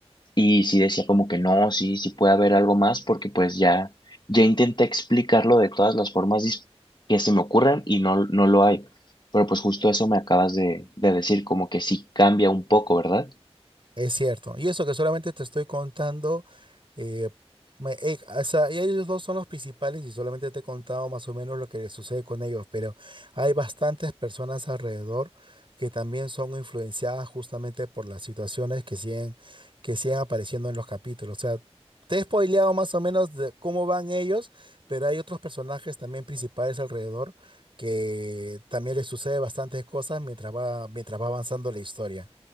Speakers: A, on the left; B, on the right.
A: y sí decía como que no, sí, sí puede haber algo más, porque pues ya, ya intenté explicarlo de todas las formas dis- que se me ocurran y no, no lo hay. Pero pues justo eso me acabas de, de decir, como que sí cambia un poco, ¿verdad?
B: Es cierto. Y eso que solamente te estoy contando, eh, me- eh, o sea, y ellos dos son los principales y solamente te he contado más o menos lo que les sucede con ellos, pero hay bastantes personas alrededor que también son influenciadas justamente por las situaciones que siguen, que siguen apareciendo en los capítulos. O sea, te he spoileado más o menos de cómo van ellos, pero hay otros personajes también principales alrededor que también les sucede bastantes cosas mientras va, mientras va avanzando la historia.